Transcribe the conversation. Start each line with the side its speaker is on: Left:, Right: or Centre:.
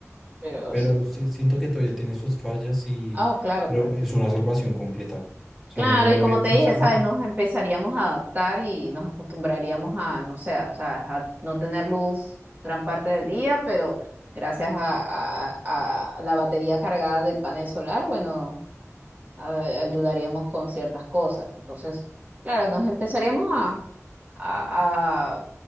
Right: pero
Centre: pero
Right: sí.
Centre: sí- siento que todavía tiene sus fallas y,
Right: Ah, claro,
Centre: pero
Right: claro.
Centre: es una salvación completa. O sea,
Right: Claro,
Centre: no, no
Right: y
Centre: lo
Right: como
Centre: había
Right: te
Centre: pensado
Right: dije, ¿sabes?
Centre: y
Right: Nos empezaríamos a adaptar y nos acostumbraríamos a, no sé, o sea, a no tener luz gran parte del día, pero gracias a, a- a la batería cargada del panel solar, bueno, a- ayudaríamos con ciertas cosas. Entonces, claro, nos empezaríamos a, a- a-